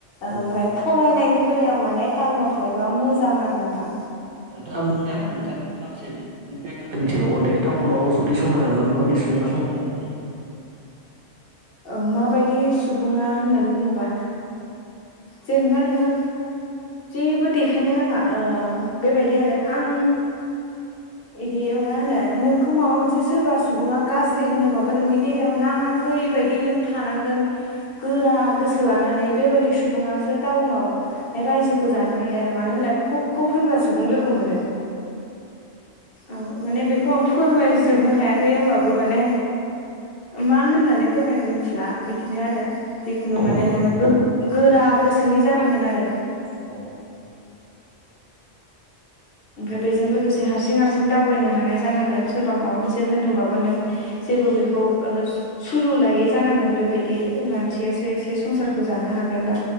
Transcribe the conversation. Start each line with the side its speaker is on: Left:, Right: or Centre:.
Right: औ
Left: ओमफ्राय फरायनायनि बेलायाव माने टाउनाव थायोबा मोजां आरो नोंथां।
Right: नोंथाङा बुंनाय
Left: औ
Right: नोंथांनिफ्राय माखासे मेटार मिथिबावगोन दे टाउनाव जुदि संसार जानोबा माबायदि सुबुङा संसार जानो हायो?
Left: औ, माबायदि सुबुङा होननानै बुङोबा जेनेबा नोङो जेबो देखायनो नाङा ओम बेबायदि आरो आं बिदि मा होनो नोंखौ माबा मोनसे सोरबा सुबुङा गाज्रि होनदोंबाबो नोंनि देहायाव नाङाखै बायदि नों थानांगोन गोरा गोसो लानानै बेबायदि सुबुङासो टाउनाव रायजोखौ जानो हायो आरो। मानो होनलाय खब खब होनग्रा सुबुं लोगो मोनो। औ माने बेखौ आं फोरमायजोबनो हायाखै होमबाबो माने मा होननानै फोरमायगोन मिथिला बिदिनो आरो, जिखुनु
Right: औ
Left: माने नोङो गो-गोरा गोसोनि जानांगोन आरो।
Right: औ।
Left: ओमफ्राय
Right: नंगौ
Left: बेजों लोगोसे हारसिं हार- सिं दावबायनो हानाय जानांगोन, सोरबा माबा मोनसे होनदोंबाबो नों जेबो बेखौ ओ सुलु लायै जानांगोन बेबायदि मानसियासो एसे संसारखौ जानो हागोन बा